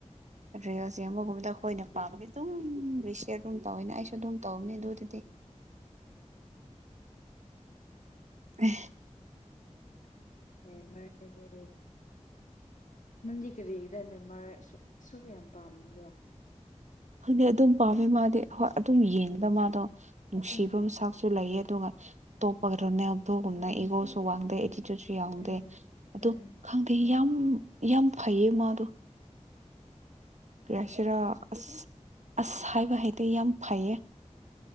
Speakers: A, on the right (about 70°); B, on the left (about 85°).
A: ꯔꯦꯜꯁ ꯑꯃꯒꯨꯝꯕꯗ ꯑꯩꯈꯣꯏꯅ ꯄꯥꯝꯕꯗꯤ ꯑꯗꯨꯝ ꯔꯤꯁ ꯑꯗꯨꯝ ꯇꯧꯋꯦꯅ ꯑꯩ ꯑꯗꯨꯝ ꯇꯧꯅꯤ ꯑꯗꯨ ꯑꯗꯨꯗꯤ ꯑ
B: ꯦ ꯃꯥꯗꯤ ꯅꯪꯗꯤ ꯀꯔꯤꯒꯤꯗ ꯅ ꯑꯨꯛ ꯌꯥꯝ ꯄꯥꯝꯃꯤꯗꯣ
A: ꯈꯪꯗꯤ ꯑꯗꯨꯝ ꯄꯥꯝꯃꯦ ꯃꯥꯗꯤ ꯍꯣꯏ ꯑꯗꯨꯝ ꯌꯦꯡꯗ ꯃꯥꯗꯣ ꯅꯨꯡꯁꯤꯕ
B: ꯎꯝ
A: ꯃꯆꯥꯛꯁꯨ ꯂꯩꯌꯦ ꯑꯗꯨꯒ ꯇꯣꯄꯒꯔꯅꯦꯦꯅ ꯏꯒꯣ ꯁꯨ ꯋꯥꯗ ꯁꯨ ꯌꯥꯎꯗꯦ
B: ꯎꯝ
A: ꯑꯣ
B: ꯎꯝ
A: ꯈꯪꯗꯦ ꯌꯥꯝ ꯌꯥꯝ ꯐꯩꯌꯦ ꯃꯥꯗꯣ ꯀ꯭ꯔꯦꯁꯤꯔꯥ ꯑꯁ ꯑꯁ ꯍꯥꯏꯕ ꯍꯥꯏꯗꯤ ꯌꯥꯝ ꯐꯩꯌꯦ